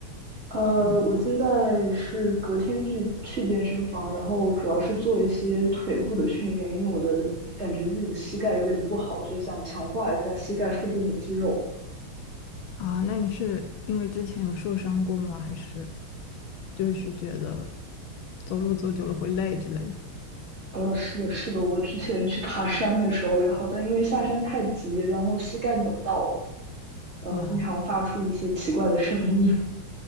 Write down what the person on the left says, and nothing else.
有吗
啊？那你是因为之前有受伤过吗？还是就是觉得走路走久了会累之类的？
哇，